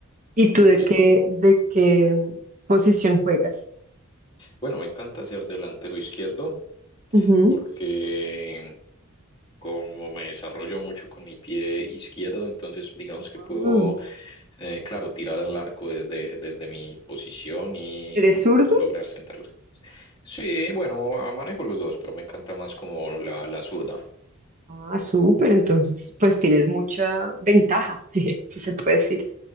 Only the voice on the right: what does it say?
¿Y tú
de qué,
de qué mm, posición juegas?
Ujú.
Ah,
¿Eres zurdo?
Ah, súper, entonces pues tienes mucha ventaja, <laughs> si se puede decir.